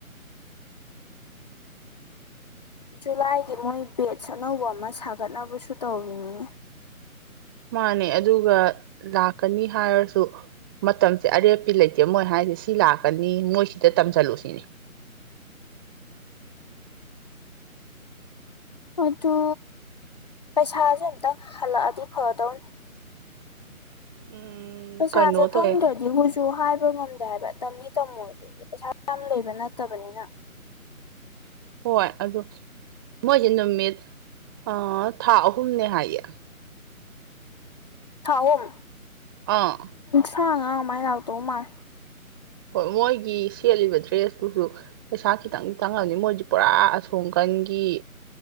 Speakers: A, on the left; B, on the right.
A: ꯖꯨꯂꯥꯏꯗꯤ ꯃꯣꯏ ꯕꯦꯠꯁ ꯑꯅꯧꯕ ꯑꯃ ꯁꯥꯒꯠꯅꯕꯁꯨ ꯇꯧꯔꯤꯅꯤꯅꯦ
B: ꯃꯥꯅꯦ ꯑꯗꯨꯒ ꯂꯥꯛꯀꯅꯤ ꯍꯥꯏꯔꯁꯨ ꯃꯇꯝꯁꯦ ꯑꯔꯦꯞꯄꯤ ꯂꯩꯇꯦ ꯃꯣꯏ ꯍꯥꯏꯁꯦ ꯁꯤ ꯂꯥꯛꯀꯅꯤ ꯃꯣꯏꯁꯤꯗ ꯇꯝꯁꯤꯜꯂꯨ ꯁꯤꯅꯤ
A: ꯑꯟꯑꯣꯗꯤꯕꯜ ꯑꯗꯨ ꯄꯩꯁꯥꯁꯦ ꯑꯝꯇꯪ ꯍꯜꯂꯛꯑꯗꯤ ꯐꯗꯧꯅꯤ
B: ꯎꯝ
A: ꯄꯩꯁꯥꯁꯦ
B: ꯀꯩꯅꯣ ꯇꯧꯋꯦ
A: ꯈꯪꯗ꯭ꯔꯗꯤ ꯍꯨꯏꯁꯨ ꯍꯥꯏꯕ ꯉꯝꯗꯦ ꯍꯥꯏꯕꯝ ꯇꯝꯃꯣꯏ ꯑꯗꯨꯒꯤ ꯄꯩꯁꯥ ꯌꯥꯝ ꯂꯩꯕ ꯅꯠꯇꯕꯅꯤꯅ
B: ꯍꯣꯏ ꯑꯗꯨ ꯃꯣꯏꯁꯦ ꯅꯨꯃꯤꯠ ꯑ ꯊꯥ ꯑꯍꯨꯝꯅꯦ ꯍꯥꯏꯌꯦ
A: ꯊꯥ ꯑꯍꯨꯝ
B: ꯑꯥ
A: ꯇ꯭ꯔꯥꯉꯥ ꯃꯥꯏ ꯂꯥꯛꯇꯧ ꯃꯥꯥꯜꯂꯦ
B: ꯍꯣꯏ ꯃꯣꯏꯒꯤ ꯁꯦꯠꯂꯤꯕ ꯗ꯭ꯔꯦꯁꯇꯨꯁꯨ ꯄꯩꯁꯥ ꯈꯤꯇꯪ ꯇꯥꯡꯉꯝꯅꯤ ꯃꯣꯏꯗꯤ ꯄꯨꯔꯥ ꯑꯁꯣꯝ ꯀ ꯅꯪꯒꯤ